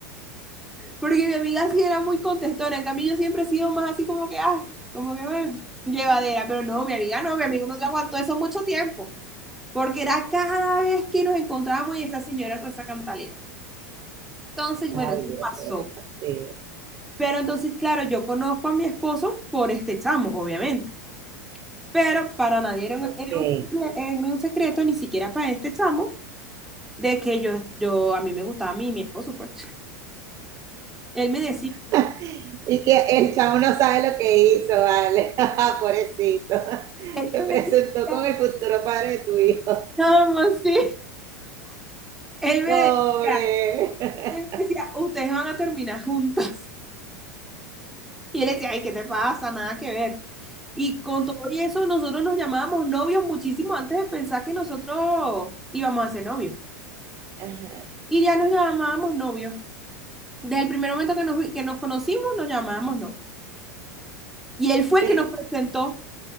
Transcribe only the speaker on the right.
Ay,
Dios
mío, qué fastidio.
Ok.
<laughs> Y que el chavo no sabe lo que hizo, vale. <laughs> Pobrecito. <laughs>
Te presentó
con el futuro padre de tu hijo.
Pobre.
<laughs>
Ajá.
Pero